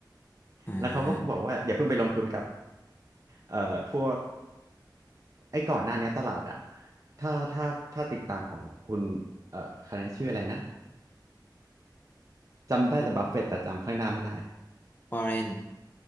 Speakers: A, on the left (about 25°); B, on the right (about 40°).
A: อ่า
B: แล้วเขาก็บอกว่า อย่าเพิ่งไปลงทุนกับเอ่อพวก ไอ้ก่อนหน้าเนี้ยตลาดอะถ้าถ้าถ้าติดตามของคุณเอ่อคะแนนชื่ออะไรนะ จำได้แต่บัฟเฟตต์แต่จำข้างหน้าไม่ได้
A: คุณวอร์เรน